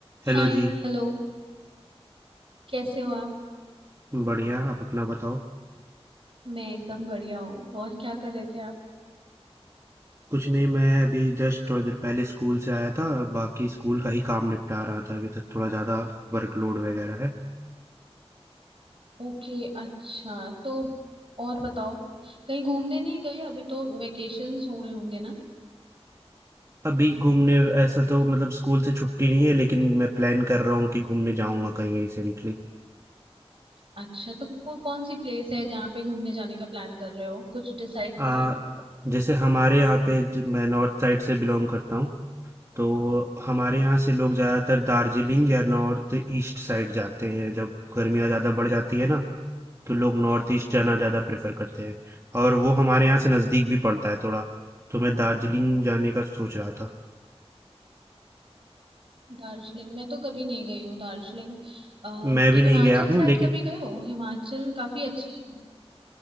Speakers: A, on the right; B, on the right.
A: Hello
B: हाय
A: जी
B: Hello कैसे हो आप
A: बढ़िया आप अपना बताओ
B: मैं एकदम बढ़िया हूँ और क्या कर रहे थे आप
A: कुछ नहीं मैं अभी जस्ट थोड़ी देर पहले स्कूल से आया था बाकी स्कूल का ही काम निपटा रहा था अभी तक थोड़ा ज्यादा वर्कलोड वगैरह है
B: ओके अच्छा तो और बताओ कहीं घूमने नहीं गए अभी तो वेकेशंस हुए होंगे ना
A: अभी घूमने ऐसा तो मतलब स्कूल से छुट्टी नहीं है लेकिन मैं प्लान कर रहा हूँ कि घूमने जाऊंगा कहीं रिसेंटली
B: अच्छा तो को, कौन सी प्लेस है जहाँ पे घूमने जाने का प्लान कर रहे हो कुछ डिसाइड
A: आ
B: करा है
A: जैसे हमारे यहाँ पे ज- मैं नॉर्थ साइड से बिलोंग करता हूँ तो हमारे यहाँ से लोग ज्यादातर दार्जिलिंग या नॉर्थ ईस्ट साइड जाते हैं जब गर्मियाँ ज्यादा बढ़ जाती है ना तो लोग नॉर्थ ईस्ट जाना ज़्यादा प्रेफर करते हैं और वो हमारे यहाँ से नज़दीक भी पड़ता है थोड़ा तो मैं दार्जिलिंग जाने का सोच रहा था
B: दार्जिलिंग मैं तो कभी नहीं गई हूँ दार्जिलिंग अ,
A: मैं भी नहीं
B: हिमाचल
A: गया हूँ
B: साइड
A: लेकिन
B: कभी गए हो हिमाचल काफी अच्छी